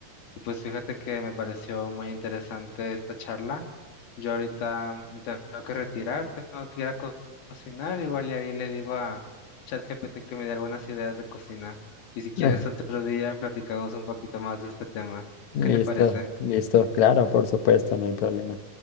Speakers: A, on the left (about 80°); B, on the left (about 60°).
A: y Pues fíjate que me pareció muy interesante esta charla. Yo ahorita me tengo que retirar, tengo que ir a co- cocinar, igual y ahí le digo a ChatGPT que me dé algunas ideas de cocina. Y si quieres
B: Ajá.
A: otro día platicamos un poquito más de este tema.
B: Listo,
A: ¿Qué te parece?
B: listo, claro, por supuesto, no hay problema.